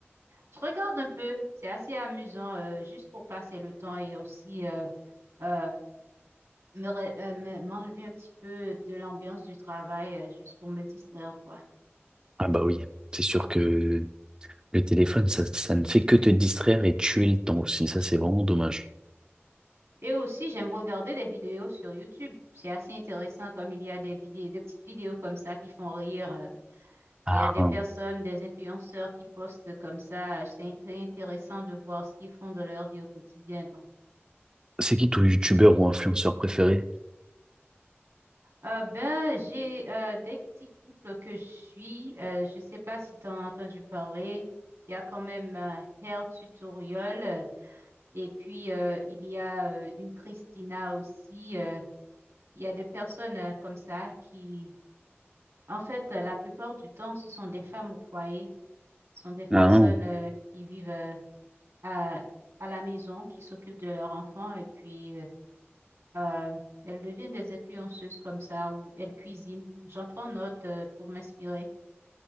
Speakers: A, on the right; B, on the right.
A: Je regarde un peu, c'est assez amusant, euh, juste pour passer le temps et aussi euh, euh, me, re- euh, me- m'enlever un petit peu de l'ambiance du travail, euh, juste pour me distraire, quoi.
B: Ah bah oui, c'est sûr que le téléphone, ça, ça ne fait que te distraire et tuer le temps aussi. Ça, c'est vraiment dommage.
A: Et aussi, j'aime regarder des vidéos sur YouTube. C'est assez intéressant comme il y a des vidéos, des petites vidéos comme ça qui font rire. euh,
B: Ah,
A: et il y a des
B: hein.
A: personnes, des influenceurs qui postent comme ça. Euh, C'est int- intéressant de voir ce qu'ils font de leur vie au quotidien. Bon.
B: c'est qui ton youtubeur ou influenceur préféré?
A: Euh, ben, j'ai euh, des petits couples que je suis. Euh, je sais pas si tu as entendu parler. Il y a quand même euh, Hair Tutorial. euh, Et puis, euh, il y a euh, une Christina aussi. euh, il y a des personnes euh, comme ça qui, en fait, euh, la plupart du temps, ce sont des femmes au foyer, ce sont des personnes
B: Ah, hein.
A: euh, qui vivent euh, à, à la maison, qui s'occupent de leurs enfants et puis euh, euh, elles deviennent des influenceuses comme ça ou elles cuisinent. J'en prends note euh, pour m'inspirer.